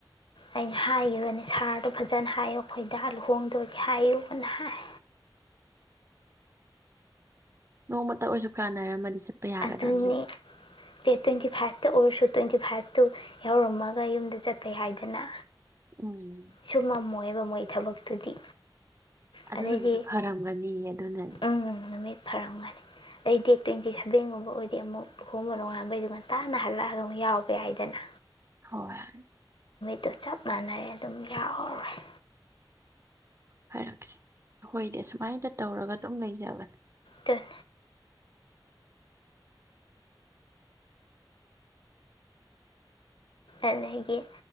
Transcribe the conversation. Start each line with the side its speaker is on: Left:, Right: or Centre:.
Left: ꯑꯩꯅ ꯍꯥꯏꯈꯤꯕꯅꯦ ꯁꯥꯔꯗꯣ ꯐꯖꯅ ꯍꯥꯏꯌꯣ ꯑꯩ ꯈꯣꯏꯗ ꯍꯥꯜꯂ ꯈꯣꯡꯗꯣ ꯍꯥꯏꯌꯨ ꯍꯥꯏ
Right: ꯅꯣꯡꯃꯇ ꯑꯣꯏꯁꯨ ꯀꯥꯟꯅꯔꯝꯃꯅꯤ ꯆꯠꯄ ꯌꯥꯒꯗꯥꯕꯖꯦ
Left: ꯑꯗꯨꯅꯤ ꯗꯦꯠ ꯇ꯭ꯋꯦꯟꯇꯤ ꯐꯥꯏꯚꯇ ꯑꯣꯏꯔꯁꯨ ꯇ꯭ꯋꯦꯟꯇꯤ ꯐꯥꯏꯚꯇꯨ ꯌꯥꯎꯔꯝꯃꯒ ꯌꯨꯝꯗ ꯆꯠꯄꯦ ꯍꯥꯏꯗꯅ
Right: ꯎꯝ
Left: ꯁꯨꯃꯝꯣ ꯃꯣꯏ ꯊꯕꯛꯇꯨꯗꯤ
Right: ꯑꯗꯨ
Left: ꯑꯗꯩꯗꯤ
Right: ꯅꯨꯃꯤꯠꯇ ꯐꯔꯝꯒꯅꯤ ꯑꯗꯨꯅꯅꯦ
Left: ꯎꯝ ꯅꯨꯃꯤꯠ ꯐꯔꯝꯒꯅꯤ ꯑꯗꯩ ꯗꯦꯠ ꯇ꯭ꯋꯦꯟꯇꯤ ꯁꯚꯦꯟꯒꯨꯝꯕ ꯑꯣꯏꯔꯗꯤ ꯑꯃꯨꯛ ꯑꯍꯣꯡꯕꯗꯣ ꯉꯥꯡꯕꯩꯗꯨ ꯉꯇꯥꯅ ꯍꯜꯂꯛꯑꯒ ꯑꯃꯨꯛ ꯌꯥꯎꯕ ꯌꯥꯏꯗꯅ
Right: ꯍꯣꯏ
Left: ꯇꯣ ꯆꯞ ꯃꯥꯟꯔꯦ ꯑꯗꯨꯝ ꯌꯥꯎꯔꯔꯦ
Right: ꯐꯔꯛꯁ ꯑꯩꯈꯣꯏꯗꯤ ꯁꯨꯃꯥꯏꯅ ꯇꯧꯔꯒ ꯑꯗꯨꯝ ꯂꯩꯖꯕꯅꯦ
Left: ꯇꯟ ꯑꯗꯒꯤ